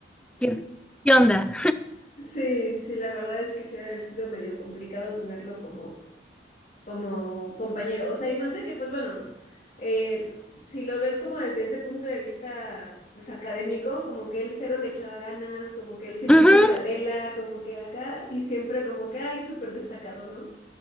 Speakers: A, in the centre; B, on the left.
A: ¿Qué, qué onda?
B: Sí, sí, la verdad es que sí ha de haber sido medio complicado tenerlo como como compañero. O sea, y más de que, pues bueno, eh, si lo ves como desde ese punto de vista, pues académico, como que él cero le echaba ganas, como que él siempre
A: Ujú.
B: está en la lela, como que acá, y siempre como que, ay, súper destacado, ¿no?